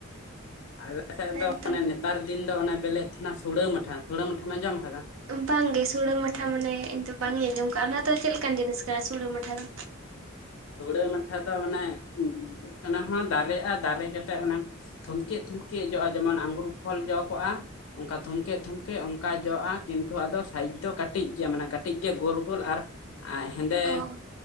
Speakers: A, on the left; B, on the right.
A: ᱟᱞᱮ ᱥᱮᱫ
B: ᱦᱮᱸᱛᱚ
A: ᱫᱚ ᱚᱱᱮ ᱱᱮᱛᱟᱨ ᱫᱤᱱ ᱫᱚ ᱵᱮᱞᱮᱜ ᱛᱟᱦᱮᱱᱟ ᱥᱩᱲᱟᱹ ᱢᱟᱴᱷᱟ ᱥᱩᱲᱟᱹ ᱢᱟᱴᱷᱟᱢ ᱟᱸᱡᱚᱢ ᱠᱟᱫᱟ
B: ᱵᱟᱝᱜᱮ ᱥᱩᱲᱮ ᱢᱟᱴᱷᱟ ᱢᱟᱱᱮ ᱤᱧ ᱫᱚ ᱵᱟᱝ ᱤᱧ ᱟᱸᱡᱚᱢ ᱠᱟᱜᱼᱟ ᱚᱱᱟ ᱫᱚ ᱪᱮᱫ ᱞᱮᱠᱟᱱ ᱡᱤᱱᱤᱥ ᱠᱟᱱᱟ ᱥᱩᱲᱟᱹ ᱢᱟᱴᱷᱟ ᱫᱚ
A: ᱦᱩᱲᱟᱹ ᱢᱟᱴᱷᱟ ᱫᱚ ᱢᱟᱱᱮ ᱚᱱᱟ ᱦᱚᱸ ᱫᱟᱨᱮᱜᱼᱟ ᱫᱟᱨᱮ ᱠᱟᱛᱮᱫ ᱚᱱᱟ ᱛᱷᱩᱢᱠᱮᱜ ᱛᱷᱩᱢᱠᱮᱜ ᱡᱚᱜᱼᱟ ᱡᱮᱢᱚᱱ ᱟᱝᱜᱩᱨ ᱯᱷᱚᱞ ᱡᱚ ᱠᱚᱜᱼᱟ ᱚᱱᱠᱟ ᱛᱷᱢᱠᱮᱜ ᱛᱷᱢᱠᱮᱜ ᱚᱝ ᱠᱟ ᱡᱚᱜᱼᱟ ᱠᱤᱱᱛᱩ ᱟᱫᱚ ᱥᱟᱭᱤᱡᱽ ᱫᱚ ᱠᱟᱹᱴᱤᱡ ᱜᱮᱭᱟ ᱢᱟᱱᱮ ᱠᱟᱹᱴᱤᱡ ᱜᱮ ᱜᱳᱞ ᱜᱳᱞ ᱟᱨ <unintelligible> ᱦᱮᱸᱫᱮᱻᱦᱮᱸᱫᱮ
B: ᱚ